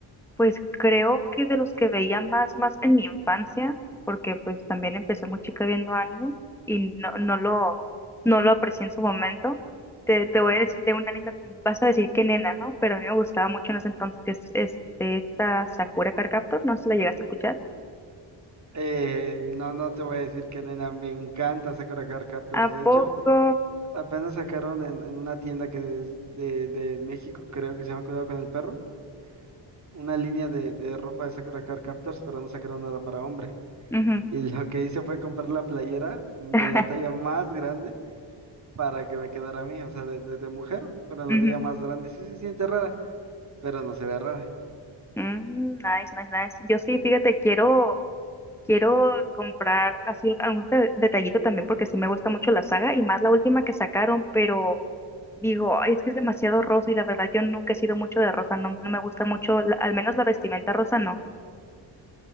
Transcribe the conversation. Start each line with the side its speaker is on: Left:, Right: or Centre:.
Centre: pues creo que de los que veía más, más en mi infancia, porque pues también empecé muy chica viendo anime y no, no lo, no lo aprecié en su momento. Te, te voy a decir de un anime, vas a decir que nena, ¿no? Pero a mí me gustaba mucho en ese entonces, que es este, esta Sakura Card Captor, no sé si la llegaste a escuchar.
Right: Eh, no, no te voy a decir que nena, me encanta Sakura Card Captors.
Centre: ¿A
Right: De
Centre: poco?
Right: hecho, apenas sacaron en, en una tienda que es de, de México, creo que se llama Cuidado con el Perro, una línea de, de ropa de Sakura Card Captors, pero no sacaron nada para hombre.
Centre: Ujú.
Right: Y lo que hice fue comprar la playera de
Centre: <laughs>
Right: la talla más grande para que me quedara a mí, o sea, de, de, de mujer, pero en
Centre: Ujú.
Right: la talla más grande. Sí se siente rara, pero no se ve rara.
Centre: Mm, nice, nice, nice. Yo sí, fíjate, quiero Quiero comprar así algún de- detallito también porque sí me gusta mucho la saga y más la última que sacaron, pero digo, "Ay, es que es demasiado rosa y la verdad yo nunca he sido mucho de rosa, no, no me gusta mucho, la- al menos la vestimenta rosa no.